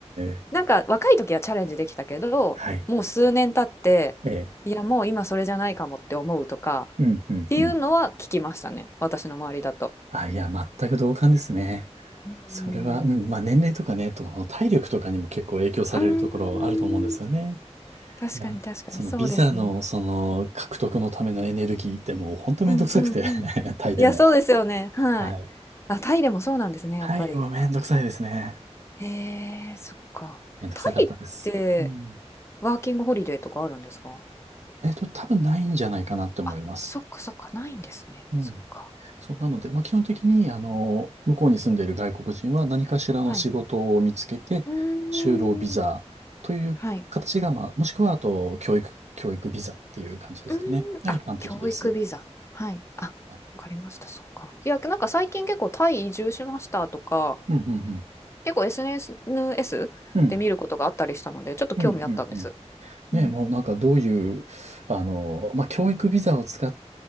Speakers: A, on the right; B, on the left.
A: ええ
B: なんか若い時はチャレンジできたけど、
A: はい。
B: もう数年経って、
A: ええ
B: いやもう今それじゃないかもって思うとか、
A: うん、うん、
B: っていうのは聞きましたね。
A: うん。
B: 私の周りだと。
A: あ、いや、全く同感ですね。
B: うん。
A: それは、うん、まあ年齢とかね、と体力とかにも結構影響されるところあると思うんですよね。
B: うーん確かに確かに、
A: いや、そのビザのその獲得のためのエネルギーってもうほんとめんどくさくて
B: そうですね。うんうんうん。
A: <laughs> タイでも。
B: いや、そうですよね。はい。
A: はい。
B: あ、タイでもそうなんですね、やっぱり。
A: タイもめんどくさいですね。
B: へえ、そっか。
A: めんどくさかったです。
B: タイって
A: うん。
B: ワーキングホリデーとかあるんですか
A: えっと、多分ないんじゃないかなって思います。
B: あ、そっかそっか、ないんですね。
A: うん。
B: そっか。
A: そう、なので、まあ、基本的に、あの、向こうに住んでいる外国人は何かしらの仕事を見つけて、
B: はい。うーん。
A: 就労ビザという形が、
B: はい。
A: まあ、もしくは、あと、教育、教育ビザっていう感じですかね。
B: うーん。
A: が一般的です。
B: あ、教育ビザ。はい。あ、わかりました。
A: はい。
B: そっか。いや、なんか最近結構タイ移住しましたとか、
A: うん、うん、うん。
B: 結構 SNS
A: うん、
B: で見ることがあったりしたので、ちょっと興味あったんです。
A: うん、うん、うん。ね、
B: うん。
A: もうなんかどういう、あの、まあ、教育ビザを使っ